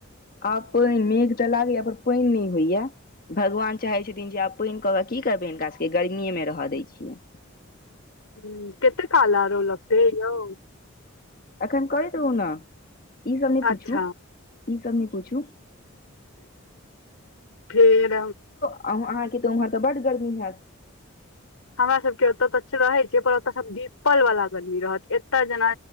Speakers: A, on the left (about 40°); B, on the left (about 85°).
A: आब पइन तऽ लागैया पर पनि नय होइया भगवान चाहै छथिन जे आब पनि कऽ क की करबै हिनका सभके गर्मीएमे रह दै छियै
B: हूं कते काल आरो लगतै यौ
A: अखन करैत रहू न ई सब नय
B: अच्छा
A: पुछू ई सब नय पुछू
B: फेर
A: अहुं अहाँके तऽ उम्हर बड गर्मीहायत
B: हमरा सबके ओतय तऽ रहै छै पर ओतय सब धीपल वला गर्मी रहत एतय जेना